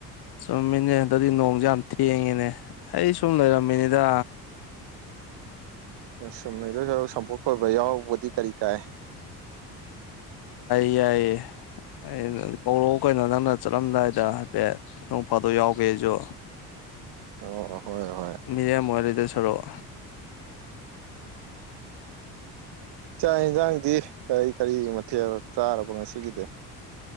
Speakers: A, on the left; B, on the right.
A: ꯆꯨꯝꯃꯤꯅꯦ ꯑꯗꯨꯗꯤ ꯅꯣꯡꯁꯦ ꯌꯥꯝ ꯊꯦꯡꯉꯤꯅꯦ ꯑꯩ ꯁꯨꯝ ꯂꯩꯔꯝꯃꯤꯅꯤꯗ
B: ꯁꯨꯝ ꯅꯗ ꯁꯄꯨꯠ ꯈꯣꯏꯕ ꯌꯥꯎ ꯕꯗꯤ ꯀꯔꯤ ꯀꯥꯏ
A: ꯌꯥꯏ ꯑꯦ ꯑꯩꯅ ꯀꯧꯔꯛꯑꯣ ꯀꯩꯅꯣ ꯅꯪꯅ ꯆꯠꯂꯝꯗꯥꯏꯗ ꯍꯥꯏꯐꯦꯠ ꯅꯣꯡ ꯐꯥꯗꯣꯛ ꯌꯥꯎꯒꯦ ꯑꯩꯁꯨ
B: ꯑꯣ ꯍꯣꯏ ꯍꯣꯏ
A: ꯃꯤꯔꯦꯝ ꯑꯣꯏꯗꯣꯏ ꯁꯥꯔꯨꯛ
B: ꯆꯥꯛ ꯑꯦꯟ ꯁꯥꯡ ꯗꯤ ꯀꯔꯤ ꯀꯔꯤ ꯃꯊꯦꯜ ꯆꯥꯔꯕ ꯉꯁꯤꯒꯤꯗꯤ